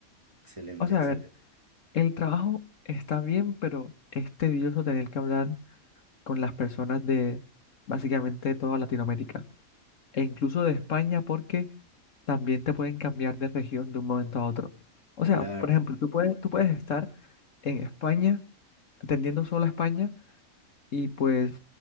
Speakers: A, on the right; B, on the left.
A: Excelente,
B: O sea,
A: excelente.
B: a ver, el trabajo está bien, pero es tedioso tener que hablar con las personas de básicamente toda Latinoamérica e incluso de España porque... también te pueden cambiar de región de un momento a otro. O sea,
A: Claro.
B: por ejemplo, tú puedes, tú puedes estar en España, atendiendo solo a España, y pues